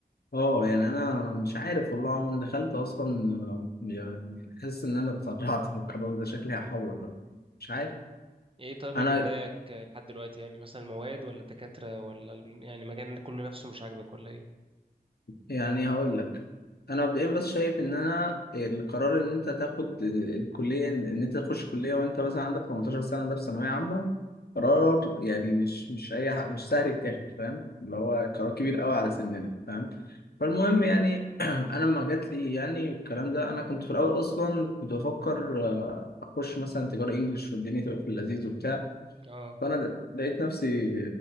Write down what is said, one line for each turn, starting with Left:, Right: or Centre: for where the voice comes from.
Left: أه يعني أنا مش عارف والله يا عمر أنا دخلت أصلا آه، يعني حاسس إن أنا اتسرعت في القرار ده شكلي هحول ولا إيه. مش عارف
Right: ايه طيب
Left: أنا
Right: اللي مضايقك آه، لحد دلوقتي يعني مثلا المواد ولا الدكاترة ولا الم- يعني المجال كله نفسه مش عاجبك ولا ايه
Left: يعني هقول لك انا مبدئيا بس شايف ان انا القرار ان انت تاخد الكليه ان إن انت تخش كليه وانت مثلا عندك 18 سنه ده في ثانويه عامه قرار يعني مش مش اي حق مش سهل يتاخد فاهم اللي هو قرار كبير قوي على سننا فاهم فالمهم يعني <clears throat> انا لما جات لي يعني الكلام ده انا كنت في الاول اصلا كنت بفكر آه، اخش مثلا تجاره انجليش والدنيا تبقى في اللذيذ وبتاع
Right: اه
Left: فانا لقيت نفسي